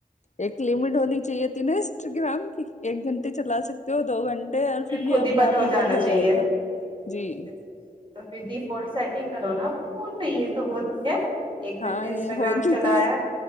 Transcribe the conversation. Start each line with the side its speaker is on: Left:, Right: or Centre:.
Left: ایک لمٹ ہونی چاہیے تھی ن انسٹا گرام کی ایک گھنٹے چلا سکتے ہو دو گھنٹے اور
Right: پھر خود
Left: یہ اپنا
Right: ہی بند
Left: آپ
Right: ہو جانا چاہیے
Left: جائے
Right: اا
Left: گا جی
Right: تو پھر ڈیفولٹ سیٹنگ کرو نا اپنے فون میں یہ تو ہوتی ہے ایک گھنٹے
Left: ہاں
Right: انسٹاگرام
Left: یہ ہولی
Right: چلایا
Left: تو